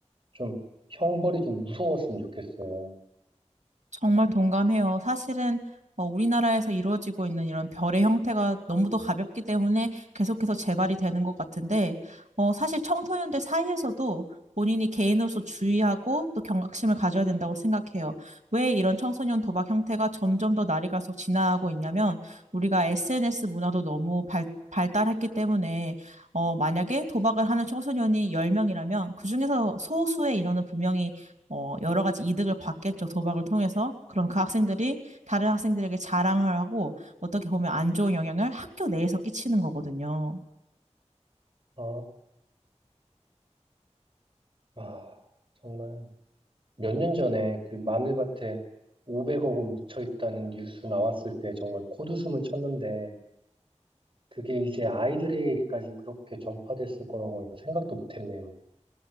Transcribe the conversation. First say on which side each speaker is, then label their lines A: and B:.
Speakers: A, on the right; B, on the right.
A: 좀 형벌이 좀 무서웠으면 좋겠어요.
B: 정말 동감해요. 사실은 어, 우리나라에서 이루어지고 있는 이런 별의 형태가 너무도 가볍기 때문에 계속해서 재발이 되는 것 같은데, 어, 사실 청소년들 사이에서도 본인이 개인으로서 주의하고 또 경각심을 가져야 된다고 생각해요. 왜 이런 청소년 도박 형태가 점점 더 날이 갈수록 진화하고 있냐면, 우리가 SNS 문화도 너무 발, 발달했기 때문에, 어, 만약에 도박을 하는 청소년이 10명이라면, 그중에서 소수의 인원은 분명히 어, 여러 가지 이득을 받겠죠, 도박을 통해서. 그럼 그 학생들이 다른 학생들에게 자랑을 하고 어떻게 보면 안 좋은 영향을 학교 내에서 끼치는 거거든요.
A: 아, 아 정말 몇 년 전에 그 마늘밭에 500억 원 묻혀 있다는 뉴스 나왔을 때 정말 코웃음을 쳤는데 그게 이제 아이들에게까지 그렇게 전파됐을 거라고는 생각도 못했네요.